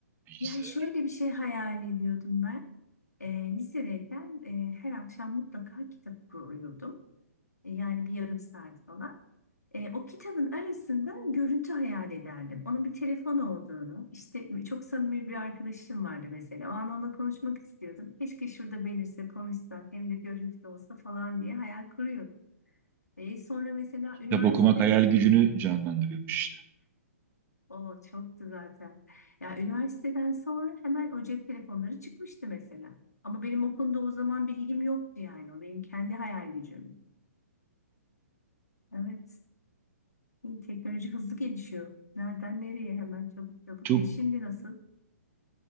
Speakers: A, on the right; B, on the left.
A: bilgisayar.
B: Yani şöyle bir şey hayal ediyordum ben. E, lisedeyken e, her akşam mutlaka kitap okuyordum. E, yani bir yarım saat falan. E, o kitabın arasında görüntü hayal ederdim. Onun bir telefon olduğunu, işte çok samimi bir arkadaşım vardı mesela. O an onunla konuşmak istiyordum. Keşke şurada belirse konuşsak hem de görüntülü olsa falan diye hayal kuruyordum. E sonra mesela
A: Kitap
B: üniversite
A: okumak hayal
B: bitti.
A: gücünü canlandırıyormuş işte.
B: O çoktu zaten. Ya üniversiteden sonra hemen o cep telefonları çıkmıştı mesela. Ama benim o konuda o zaman bilgim yoktu yani. O benim kendi hayal gücüm. Evet. İyi, Teknoloji hızlı gelişiyor. Nereden nereye hemen çabuk çabuk.
A: Çok
B: E şimdi nasıl?